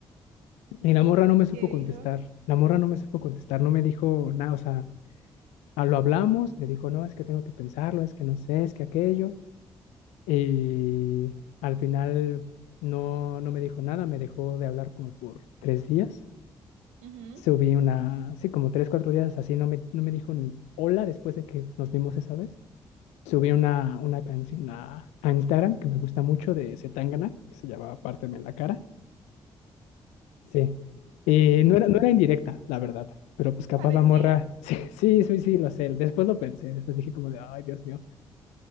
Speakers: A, on the left; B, on the right.
A: Y la morra no me supo
B: que dijo.
A: contestar, la morra no me supo contestar, no me dijo nada, o sea, Ah, lo hablamos, le dijo, no, es que tengo que pensarlo, es que no sé, es que aquello. Y al final no, no me dijo nada, me dejó de hablar como por tres días.
B: Ujú,
A: Subí una, sí, como tres, cuatro días así, no me, no me dijo ni hola después de que nos vimos esa vez. Subí una, una canción a, a Instagram que me gusta mucho de Zetangana, que se llama Párteme la cara. Sí. Y no era, no era indirecta, la verdad. Pero pues capaz
B: Parecía.
A: la morra, <laughs> sí, sí, sí, sí, lo sé. Después lo pensé, después dije como de, ay, Dios mío